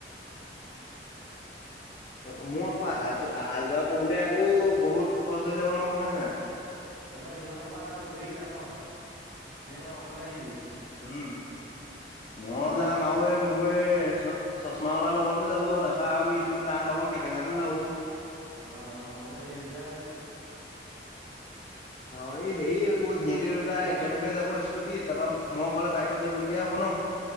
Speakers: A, on the left; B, on the right.
A: <unintelligible> <unintelligible> মই আকৌ আহা যোৱা আহা যোৱা কৰোতে আকৌ বহুত খৰচ হৈ যাব নহয় গম পাইছ <unintelligible>
B: দাদা সিফালৰ পৰা গোটেই কেইটা ন ন তই অকলে আহিবি
A: উম মই যাম
B: অকলে
A: আৰুে য়ে মূৰে <unintelligible> চশমা অলাৰ লগৰতো যাব তাপৰা আৰু ইটো তাৰ লগৰ কেটেঙাটো যাব
B: অ অ গম পাইছেো <unintelligible> আছো
A: অ এই হেৰি আকৌ সিহঁতি দুটা
B: বাকী
A: একেলগে যাব <unintelligible> <unintelligible> তাৰপৰা মই অকলে বাইকত যাবলগীয়া হ'ব ন